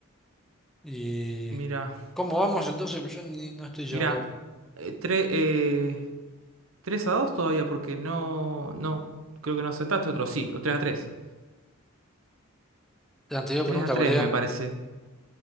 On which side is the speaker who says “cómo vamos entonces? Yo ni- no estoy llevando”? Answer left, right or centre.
Centre